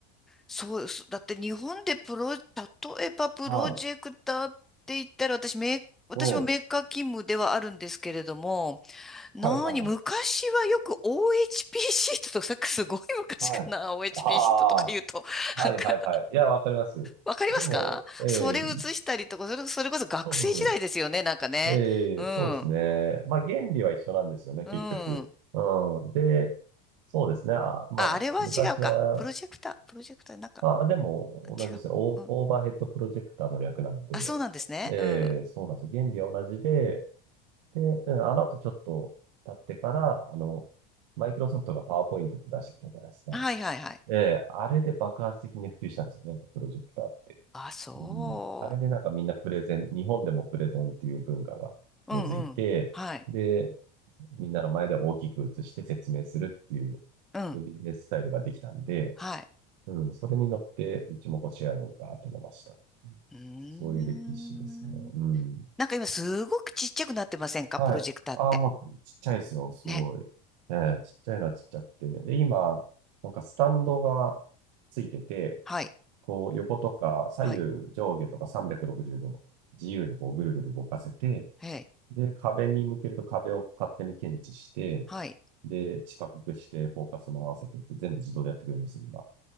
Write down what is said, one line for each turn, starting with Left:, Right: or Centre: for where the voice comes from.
Centre: そうです。だって日本でプロ、例えばプロジェクターって言ったら私メー、
Right: は
Centre: 私もメーカー勤務ではあるんですけれども、
Right: い。ええ。
Centre: なに、
Right: はいはいはい。
Centre: 昔はよく OHP シートとか、さっきすごい昔かな、
Right: はい。
Centre: <laughs> OHP
Right: あ
Centre: シートとか言うと、
Right: あ、はいはいはい。
Centre: なんか、
Right: いや、わかります。
Centre: わかりますかそれ写したりとか、
Right: でも、ええ、
Centre: それ、それこそ学生時代ですよね、
Right: そうそうそう。
Centre: なんかね。
Right: ええ、
Centre: うん、
Right: そうですね。まあ、原理は一緒なんですよね、
Centre: う
Right: 結局。
Centre: ん。
Right: うん。で、そうですね。あ、まあ、
Centre: あ、あれは違うか。
Right: 昔は、
Centre: プロジェクター、プロジェクター、なんか、
Right: あ、でも同じです。
Centre: 違う。
Right: オー、
Centre: うん。
Right: オーバーヘッドプロジェクターの略なんで、
Centre: あ、そうなんですね。
Right: ええ、
Centre: うん。
Right: そうなんです。原理は同じで、で、うんあの後ちょっと経ってから、あの、マイクロソフトがパワーポイントって出してきたじゃないですか。
Centre: はいはいはい。
Right: ええ、あれで爆発的に普及したんですよね、プロジェクターって。
Centre: あ、そ
Right: うん、あれでなんかみんなプレゼン、日本でもプレゼンっていう文化が根付いて、
Centre: う。うんうん。はい。
Right: で、みんなの前で大きく映して説明するっていう、
Centre: うん。
Right: そういうビジネススタイルができたんで、
Centre: はい。
Right: うん、それに乗って、うちもこうシェアをガーッと伸ばした。
Centre: うーん。
Right: そういう歴史ですね。うん。
Centre: なんか今すごくちっちゃくなってませんかプロジェクターって。
Right: はい。ああ、もうちっちゃいですよ、すごい。
Centre: ね。
Right: ええ、ちっちゃいのはちっちゃくて。で、今、なんかスタンドがついてて、
Centre: はい。
Right: こう横とか左右上下とか360度自由にこうぐるぐる動かせて、
Centre: はい。はい。
Right: で、壁に向けると壁を勝手に検知して、
Centre: はい。
Right: で、四角くしてフォーカスも合わせてって全部自動でやってくれるんですよ、今。